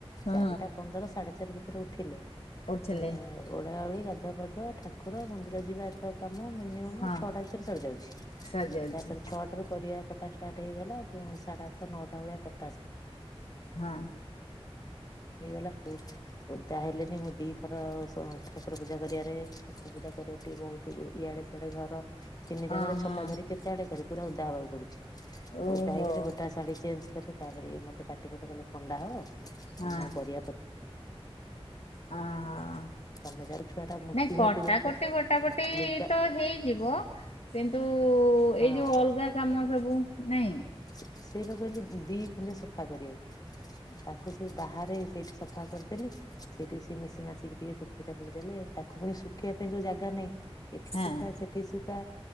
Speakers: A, on the left; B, on the left.
A: ହୁଁ
B: ଚାରିଟା ପନ୍ଦର ସାଢ଼େ ଚାରି ଭିତରେ ଉଠିଲେ। ଏ
A: ଉଠିଲେ
B: ଓଳା ଓଳି ଗାଧୁଆ ପାଧୁଆ ଠାକୁର ମନ୍ଦିର ଯିବା ଏ ତ କାମ ମିନିମମ
A: ହଁ
B: ଛଅଟା ଭିତରେ ସରିଯାଉଛି
A: ସରିଯାଉଛି
B: ତାପରେ ଛଅଟାରୁ ପରିବା କଟା। ଷ୍ଟାର୍ଟ ହେଇଗଲା ଉଁ ସାଢେ ଆଠଟା ନଅଟା ଭଳିଆ କଟାସେସ୍।
A: ହଁ।
B: ହେଇଗଲା ଖୁବ୍। ଓଦା ହେଲେନି ମୁଁ ଦିଥର ଠାକୁର ପୂଜା କରିବାରେ ଠାକୁର ପୂଜା କରିବା ଟିକେ ବହୁତ ତୁ ଇଆଡେ ସିଆଡେ ଘର ତିନି ଜାଗାରେ
A: ଓ ହଁ
B: ଛତା ଧରି କେତେ ଆଡେ କରିଵୁ ପୁରା ଉଦା ହବାକୁ ପଡ଼ୁଚି।
A: ଓହୋ
B: ଓଦା ହେଇକିରି ଗୋଟା ଶାଢୀ ଚେଞ୍ଜେ କଲି। ତାପରେ ଇଏ ମତେ ପାଟି କଲେ ଥଣ୍ଡା ହବ
A: ହଁ
B: ମୁଁ ପରିଵା ପ
A: ହ ହଁ।
B: ତମେ ଯାର ଛୁଆ ଟା ମୂର୍ତ୍ତି
A: ନାଇଁ କଟାକଟି
B: ମାତି ଦଉଛନ୍ତି
A: ବଟାପଟି
B: ଲୁଗା
A: ତ ହେଇଯିବ। କିନ୍ତୁ
B: ହଁ
A: ଏଇ ଯୋଉ ଅଲଗା କାମ ସବୁ ନାଇଁ।
B: ସେଇ ପା କହିଲି ଦି କୁଣ୍ଡୁ ସଫା କରିବାକୁ ତାକୁ ସେଇ ବାହାରେ ସେଇଠି ସ ସଫା କରିଦେଲି। ସେଇଠି ସେି ମିଶି ମାସିକି ଟିକେ ଚିପୁଡ଼ି ଚାପୁଡି ଦେଲେ ତାକୁ ପୁଣି ଶୁଖେଇବା ପାଇଁ ଯୋଉ ଜାଗା ନାଇଁ। ଏଠି
A: ହଁ।
B: ଶୁଖା ସେଠି ଶୁକା